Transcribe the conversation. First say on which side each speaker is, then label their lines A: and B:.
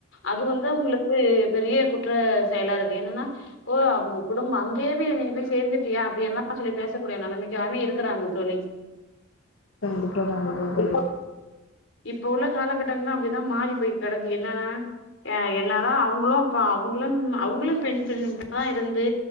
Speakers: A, on the left; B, on the left.
A: அது வந்து உங்களுக்கு பெரிய குற்ற செயலா இருக்கு என்னன்னா ஓ குடும்ப அங்கேயே நீ போய் சேந்துட்டியா அப்படி எல்லாம் சொல்லி பேசக்கூடிய நிலைமைக்கல்லாமே இருக்குறாங்க தோழி
B: கண்டிப்பா கண்டிப்பா
A: இப்ப
B: தோழி
A: இப்ப உள்ள காலகட்டங்கள்ல அப்படிதா மாறி போய் கெடக்கு என்னன்னா அ என்னாதா அவங்களு இப்ப அவங்களும் அவங்களும் பெண் பென் பெண்ணா இருந்து